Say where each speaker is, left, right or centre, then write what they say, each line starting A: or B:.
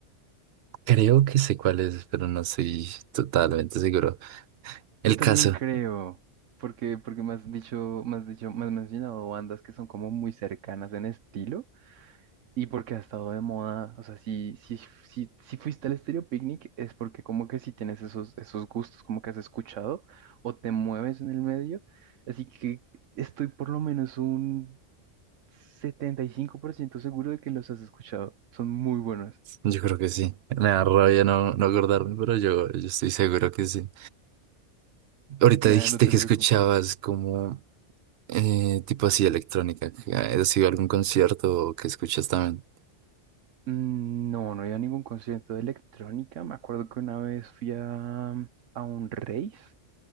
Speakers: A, on the right (about 65°); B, on the right (about 85°).
A: creo que sé cuál es, pero no estoy totalmente seguro. El
B: Yo también
A: caso.
B: creo, porque, porque me has dicho, me has dicho, me has mencionado bandas que son como muy cercanas en estilo y porque ha estado de moda. O sea, si, si, si, si fuiste al Estéreo Picnic es porque como que si tienes esos, esos gustos, como que has escuchado o te mueves en el medio. Así que estoy por lo menos un 75% seguro de que los has escuchado. Son muy buenos.
A: Yo creo que sí. Me da rabia no, no acordarme, pero yo, yo estoy seguro que sí. Ahorita
B: Nada,
A: dijiste
B: no te
A: que
B: preocupes.
A: escuchabas como eh, tipo así electrónica. ¿Has ido a algún concierto que escuchas también?
B: Mm, No, no había ningún concierto de electrónica. Me acuerdo que una vez fui a, a un rave.